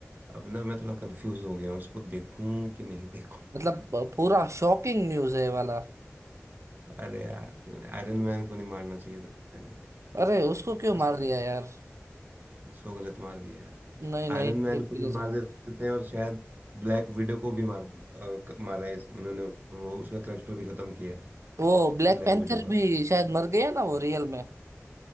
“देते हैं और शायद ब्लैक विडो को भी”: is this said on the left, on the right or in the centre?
Right